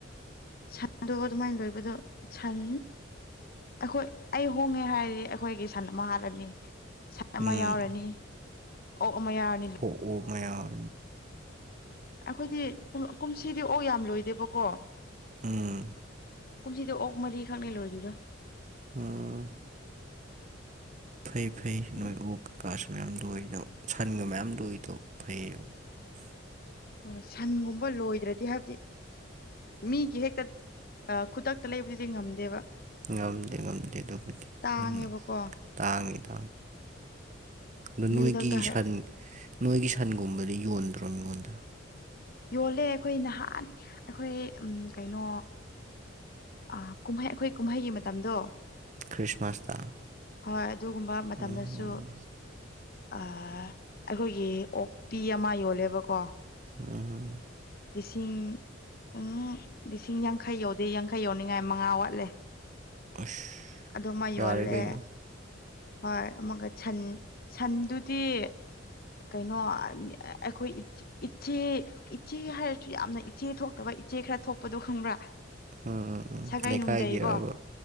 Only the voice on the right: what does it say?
ꯎꯝ
ꯑꯣꯛ ꯑꯣꯛ ꯃꯌꯥꯝ
ꯎꯝ
ꯎꯝ ꯐꯩ ꯐꯩ
ꯅꯣꯏ ꯑꯣꯛ ꯆꯀꯁꯨ ꯃꯌꯥꯝ ꯂꯣꯏꯏꯗꯣ ꯁꯟꯒ ꯃꯌꯥꯝ ꯂꯣꯏꯏꯗꯣ ꯐꯩꯕ
ꯉꯝꯗꯦ ꯉꯝꯗꯦ ꯑꯗꯨꯕꯨꯗꯤ
ꯎꯝ ꯇꯥꯡꯉꯤꯗ ꯑꯗ
ꯅꯣꯏꯒꯤ
ꯁꯟ ꯅꯣꯏꯒꯤ ꯁꯟꯒꯨꯝꯕꯗꯤ ꯌꯣꯟꯗ꯭ꯔꯣ ꯃꯤꯉꯣꯟꯗ
ꯈ꯭ꯔꯤꯁꯃꯥꯁꯇ
ꯎꯝ
ꯎꯝ
ꯑꯁ
ꯌꯥꯔꯦ
ꯀꯩꯅꯣ
ꯎꯝ ꯎꯝ ꯎꯝ
ꯂꯩꯀꯥꯏꯒꯤꯔꯕ